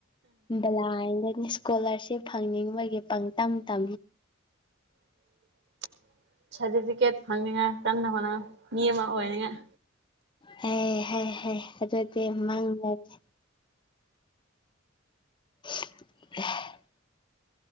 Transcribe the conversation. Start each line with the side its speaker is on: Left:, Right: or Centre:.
Left: ꯕꯂꯥꯗꯅꯦ ꯏꯁꯀꯣꯂꯥꯔꯁꯤꯞ ꯐꯪꯅꯤꯡꯕꯒꯤ ꯄꯪꯝ ꯇ
Right: <unintelligible> <unintelligible> ꯁꯥꯔꯇꯤꯐꯤꯀꯦꯠ ꯐꯪꯅꯤꯉꯥꯏ ꯀꯟꯅ ꯍꯣꯠꯅ ꯃꯤ ꯑꯃ ꯑꯣꯏꯅꯤꯉꯥꯏ
Left: ꯍ ꯍꯥꯏ ꯍꯥꯏ ꯑꯗꯨꯗꯤ ꯃꯥꯡꯗꯗꯦ <unintelligible>